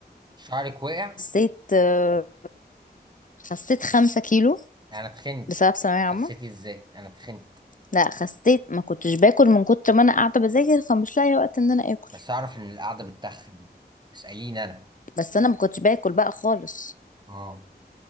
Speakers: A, on the right; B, on the left.
A: شعرك وقع
B: خسيت آه، خسيت خمسة كيلو
A: انا اتخنت
B: بسبب ثانوية عامة
A: خسيتي ازاي انا اتخنت
B: لا خسيت ما كنتش باكل من كتر ما انا قاعدة بذاكر فمش لاقية وقت ان انا اكل
A: بس اعرف ان القعده بتتخن اساليني انا
B: بس انا ما كنتش باكل بقى خالص
A: اه